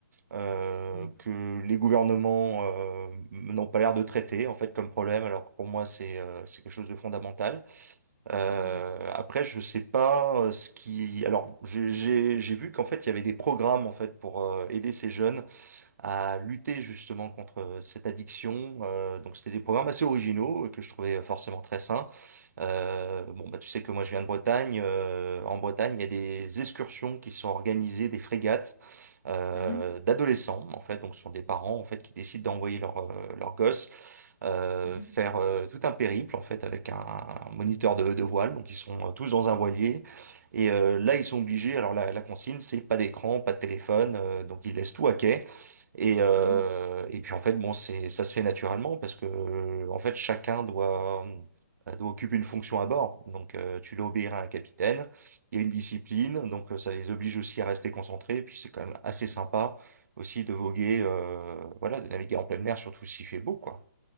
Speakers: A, on the right (about 60°); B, on the left (about 55°).
A: euh,
B: Mm.
A: que les gouvernements euh, n'ont pas l'air de traiter en fait comme problème, alors que pour moi c'est euh, c'est quelque chose de fondamental. Euh,
B: Mhm.
A: après, je sais pas euh, ce qui. Alors, j'ai j'ai j'ai vu qu'en fait il y avait des programmes en fait pour euh, aider ces jeunes à lutter justement contre cette addiction. Euh, donc c'était des programmes assez originaux euh, que je trouvais forcément très sains. Euh, bon, bah, tu sais que moi je viens de Bretagne. Euh, en Bretagne, il y a des excursions qui sont organisées, des frégates euh,
B: Mhm.
A: d'adolescents, en fait. Donc ce sont des parents en fait qui décident d'envoyer leur, euh, leur gosse. euh,
B: Mhm.
A: faire euh, tout un périple en fait avec un, un moniteur de, de voile donc ils sont euh, tous dans un voilier et euh, là ils sont obligés alors la, la consigne c'est pas d'écran pas de téléphone euh, donc ils laissent tout à quai et, euh,
B: Mhm.
A: et puis en fait, bon, c'est, ça se fait naturellement parce que euh, en fait, chacun doit, euh, doit occuper une fonction à bord. Donc, euh, tu dois obéir à un capitaine. Il y a une discipline, donc euh, ça les oblige aussi à rester concentrés. Et puis c'est quand même assez sympa aussi de voguer, euh, voilà, de naviguer en pleine mer, surtout s'il fait beau, quoi.